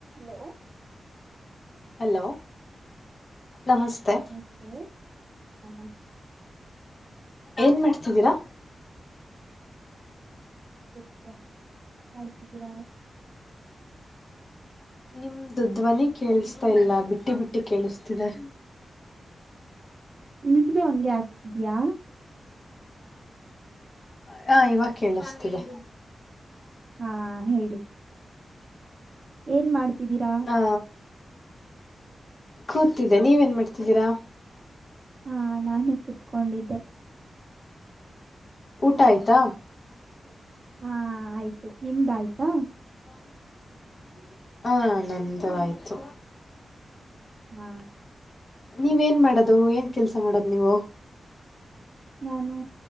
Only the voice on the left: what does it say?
Hello ನಮಸ್ತೆ.
ಏನ್ ಮಾಡ್ತಿದ್ದಿರಾ.
ನಿಮ್ದು ಧ್ವನಿ ಕೇಳಸ್ತಾ ಇಲ್ಲ ಬಿಟ್ಟಿ ಬಿಟ್ಟಿ ಕೇಳಿಸ್ತಿದೆ.
ಹಾ ಇವಾಗ ಕೇಳಿಸ್ತಿದೆ.
ಹಾ ಕೂತಿದ್ದೆ ನೀವೇನ್ ಮಾಡ್ತಿದ್ದೀರಾ
ಊಟ ಆಯ್ತಾ <inaudible>
<unintelligible> <inaudible> ಹಾ ನಂದು ಆಯ್ತು
ನೀವೇನ್ ಏನ್ ಮಾಡೋದು ಏನ್ ಕೆಲಸ ಮಾಡೋದ್ ನೀವು